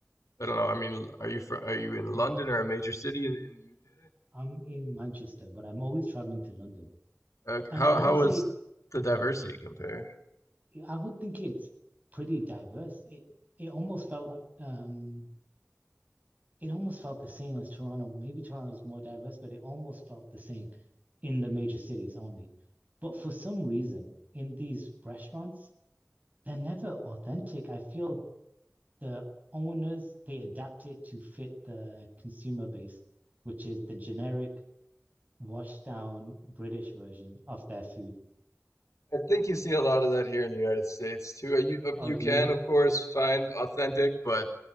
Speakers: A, on the left; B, on the right.
A: I don't know. I mean, are you fr are you in
B: mm,
A: London or a major city in, in the UK?
B: I'm in Manchester, but I'm always traveling to London.
A: Okay.
B: And
A: How
B: I
A: how
B: would say,
A: was the diversity compare?
B: I would think it's pretty diverse. It it almost felt like, um it almost felt the same as Toronto. Maybe Toronto's more diverse, but it almost felt the same in the major cities only. But for some reason, in these restaurants, they're never authentic. I feel the owners they adapt it to fit the consumer base, which is the generic washed down British version of their food.
A: I think you see a lot of that here in the United States too. Uh, You uh,
B: Oh,
A: you
B: do
A: can
B: you?
A: of course find authentic, but